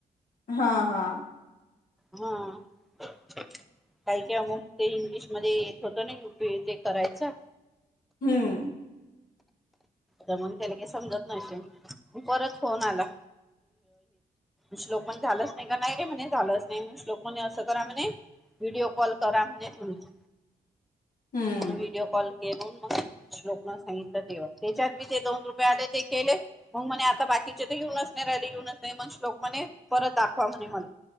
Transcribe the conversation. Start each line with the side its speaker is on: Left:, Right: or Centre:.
Left: हा हा
Centre: हम्म काही का अमुक ते इंग्लिशमध्ये येत होतं ना ते करायचं.
Left: हम्म
Centre: म्हणून त्याला काही समजत नसेल परत फोन आला. श्लोक पण झालंच नाही का नाही रे म्हणे झालंच नाही श्लोक म्ह कसं करा म्हणे व्हिडिओ कॉल करा म्हणे तुम्हीच
Left: हम्म
Centre: व्हिडिओ कॉल केलो म्हून मग श्लोकन सांगितलं तेव्हा त्याच्यात मी ते दोन रुपये आले ते केले. मग म्हणे आता बाकीचे तर येेऊनच नाही रॅली येऊनच नाही मग श्लोक म्हणे परत दाखवा म्हणे मला.